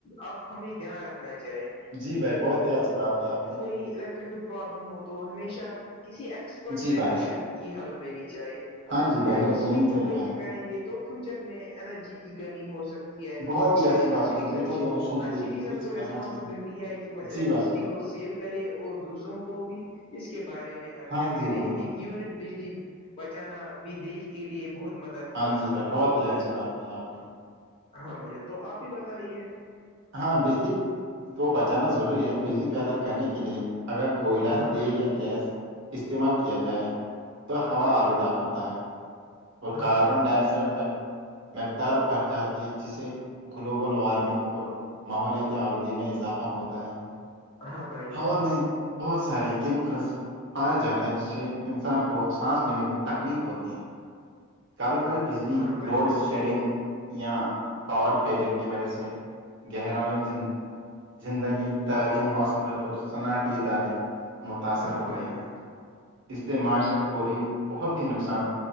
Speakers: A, on the left (about 25°); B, on the right (about 60°).
A: آپ ہمیں دھیان رکھنا چاہے
B: جی بھائی بہت ہی اچھی بات کہ آپ نے
A: الیکٹریکل پرابلم ہو تو ہمیشہ کسی ایکسپرٹ
B: جی
A: الیکٹریشن
B: بھائی
A: کی حلپ لینی چاہے
B: ہاں
A: اگر
B: جی
A: ہم
B: بھائی
A: الیکٹریسٹی
B: ہیلپ لینی
A: کو
B: چاہیے پہلے
A: ویسٹ کریں گے تو فیوچر میں انرجی کی کمی ہو سکتی ہے
B: بہت
A: اس
B: ہی اچھی
A: لیے ہر
B: بات
A: سٹیزن
B: ہے فیوچر جنریشن کے
A: ہر
B: لیے
A: سٹیزن
B: بھی کچھ
A: کو ریسپانسبلٹی
B: کرنا چاہیے
A: ہے کہ وہ الیکٹ
B: جی بھائی
A: کو سیو کرے اور دوسروں کو بھی اس کے بارے میں اویئر
B: ہاں
A: کرے
B: جی بھائی
A: ایک یونٹ بجلی بچانا بھی دیش کے لیے بہت مددگار
B: ہاں جی
A: ثابت
B: بھائی بہت
A: ہوتا
B: ہی اچھی
A: ہے
B: بات کہی آپ نے
A: ہاں بھائیان تو آپ بھی بتائیے
B: ہاں بجلی کو بچانا ضروری ہے بجلی پیدا کرنے کے لیے اگر کوئلہ
A: ہاں
B: تیل
A: بھائی جان
B: یا گیس استعمال کیا جائے تو
A: ہاں
B: ہوا
A: بھائی
B: آلودہ
A: جان
B: ہوتا ہے اور
A: ہاں
B: کاربن
A: بھائی جان
B: ڈائی آکسائڈ میں مقدار بھ جاتی ہے جسے گلوبل وارمنگ اور ماحولیاتی آلودگی میں اضافہ ہوتا ہے
A: ہاں بھائی جان
B: ہوا میں بہت سارے کیمیکلس پائے جاتے ہیں جس سے انسان کو سانس لینے میں بھی تکلیف ہوتی ہے کبھی کبھی بجلی
A: ہاں بھائی
B: لوڈ
A: جان
B: شیڈنگ یا پاور فیلئر کی وجہ سے گہرائیند زندگی تعلیم ہاسپٹل اور صنعٹیتی ادارے متاثر
A: ہاں
B: ہوتے
A: بھائی
B: ہیں
A: جان
B: اس سے معاشرت کو بھی بہت ہی نقصان